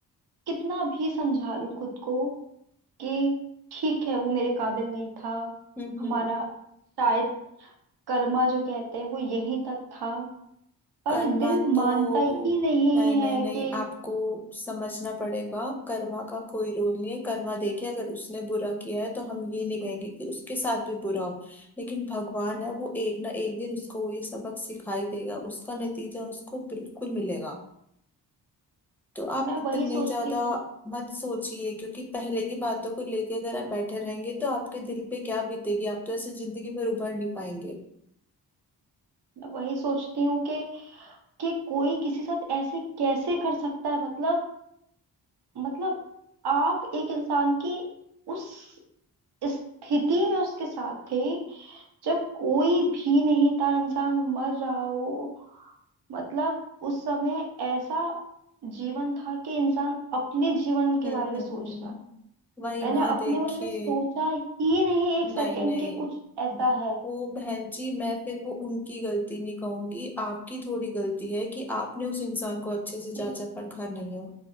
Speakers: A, on the right; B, in the centre.
A: कितना भी समझा लूं खुद को कि ठीक है वो मेरे काबिल नहीं था
B: हम्म
A: हमारा
B: हम्म
A: शायद कर्मा जो कहते हैं वो यहीं तक था पर
B: कर्मा
A: दिल मानता
B: तो
A: ही नहीं
B: नहीं नहीं
A: है
B: नहीं
A: कि
B: आपको समझना पड़ेगा कर्मा का कोई रोल नहीं है कर्मा देखिए अगर उसने बुरा किया है तो हम ये नहीं कहेंगे कि उसके साथ भी बुरा हो लेकिन भगवान है वो एक ना एक दिन उसको वो ये सबक सिखाई देगा उसका नतीजा उसको बिल्कुल मिलेगा तो आप
A: मैं
B: इतने
A: वही सोचती
B: ज्यादा
A: हूँ
B: मत सोचिए क्योंकि पहले की बातों को लेके अगर आप बैठे रहेंगे तो आपके दिल पे क्या बीतेगी आप तो ऐसे जिंदगी में उभर नहीं पाएंगे
A: मैं वही सोचती हूँ कि कि कोई किसी साथ ऐसे कैसे कर सकता है मतलब मतलब आप एक इंसान की उस स्थिति में उसके साथ थे जब कोई भी नहीं था इंसान मर रहा हो मतलब उस समय ऐसा जीवन था कि इंसान अपने जीवन के
B: हम्म
A: बारे में
B: हम्म
A: सोच
B: हम्म
A: रहा था
B: वही
A: मैंने
B: ना
A: अपने
B: देखिए
A: बारे में सोचा ही नहीं एक सेकंड
B: नहीं नहीं
A: के कुछ ऐसा है
B: वो बहन जी मैं फिर वो उनकी गलती नहीं कहूंगी आपकी थोड़ी गलती है कि आपने उस इंसान को अच्छे से जांचा
A: जी
B: परखा नहीं है